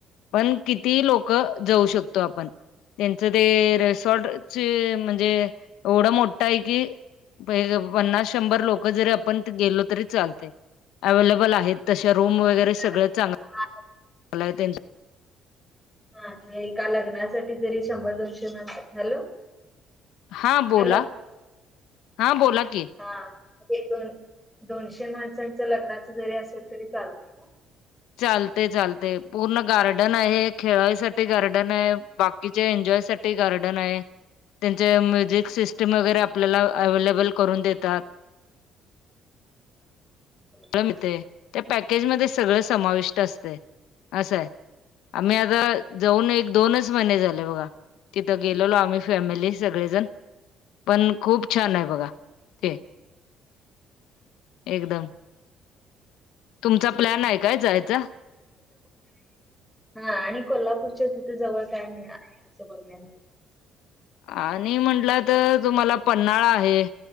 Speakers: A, on the left (about 85°); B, in the centre.
A: पण कितीही लोक जाऊ शकतो आपण. त्यांचं ते रिसॉर्टचे म्हणजे एवढ मोठा आहे की पन्नास शंभर लोक जरी आपण गेलो तरी चालतय. अवेलेबल आहेत. तशा रूम
B: म्हणजे
A: वगैरे
B: एका
A: सगळं चांगल
B: हा
A: आहे. त्यांच
B: हा एका लग्नासाठी जरी शंभर दोनशे मानस हॅलो
A: हा बोला.
B: हॅलो
A: हा बोला कि.
B: हा ते दोन दोनशे माणसांच्या लग्नाच जरी असेल तरी चालतय का?
A: चालतेय चालतेय पूर्ण गार्डन आहे. खेळायसाठी गार्डन आहे. बाकीच्या एन्जॉयसाठी ते गार्डन आहे‌. त्यांचे म्युझिक सिस्टम वगैरे आपल्याला अवेलेबल करून देतात‌.
B: हो.
A: म त्या पॅकेज मध्येच सगळ समाविष्ट असते. असंय. आम्ही आता जाऊन एक दोनच महिने झाले बघा. तिथ गेलेलो आम्ही फॅमिली सगळेजण. पण खूप छान आहे बघा
B: हो.
A: ते. एकदम
B: <unintelligible>
A: तुमचा प्लॅन आहे काय जायचा
B: हा आणि कोल्हापूरच्या तिथे जवळ काय मिळणार. अस बघण्या
A: आणि म्हटलं तर तुम्हाला पन्हाळा आहे